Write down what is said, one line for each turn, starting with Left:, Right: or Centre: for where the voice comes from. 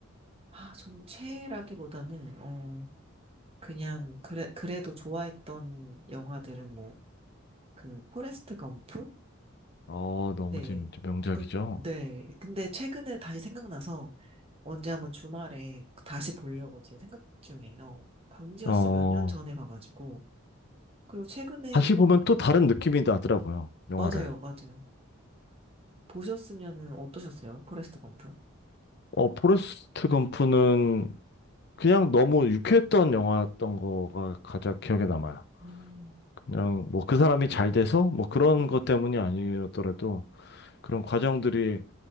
Right: 아, 저는 최애라기보다는, 어, 그냥, 그래, 그래도 좋아했던 영화들은 뭐, 그, 포레스트 검프?
Left: 어 너무
Right: 네.
Left: 재밌죠. 명작이죠.
Right: 그, 네. 근데 최근에 다시 생각나서 언제 한번 주말에 다시 보려고 지금 생각 중이에요. 본지가
Left: 어
Right: 진짜 몇 년 전에 봐가지고. 그리고 최근에
Left: 다시
Right: 뭐
Left: 보면 또 다른 느낌이 나더라고요. 영화를.
Right: 맞아요, 맞아요. 보셨으면은 어떠셨어요? 포레스트 검프?
Left: 어 포레스트 검프는 그냥 너무 유쾌했던 영화였던 거가 가장 기억에 남아요.
Right: 음,
Left: 그냥 뭐 그 사람이 잘 돼서 뭐 그런 것 때문이 아니었더라도 그런 과정들이